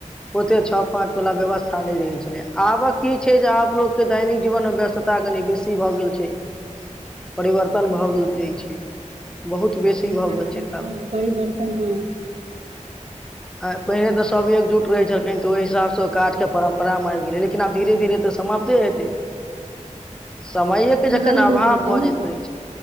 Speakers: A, in the centre; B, on the right.
A: ओते छ पाँच वला व्यवस्था नहि रहै छलै आबक की छै जे आपलोग के दैनिक
B: बेसी
A: जीवन मे व्यस्तता कनि बेसी ी भऽ गेल छै परिवर्तन
B: बेसी
A: भऽ
B: बेसी हो
A: छै
B: गेल
A: बहुत बेसी
B: परिवर्तन
A: भऽ गेल छै तऽ
B: हँ परिवर्तन हँ
A: आ पहिने तऽ सब एकजुट रहै छलखिन तऽ ओहि हिसाबसँ ओ काज परम्परा आाम आब गेलै लेकिनब धीर धीरे तऽ समाप्त ह त समयके
B: कुमरम
A: जखन अभाव
B: दिन जे दही
A: बऽजैत रहै छै